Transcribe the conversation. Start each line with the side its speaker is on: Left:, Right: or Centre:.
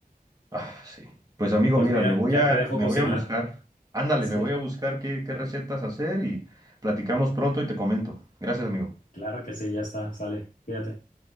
Right: Ah, sí. Pues amigo,
Left: Pues
Right: mira,
Left: mira,
Right: me voy
Left: ya
Right: a,
Left: te dejo
Right: me
Left: cocinar.
Right: voy a buscar. Ándale,
Left: Sí,
Right: me voy a buscar qué, qué recetas hacer y platicamos pronto y te comento. Gracias, amigo.
Left: claro que sí, ya está. Sale, cuídate.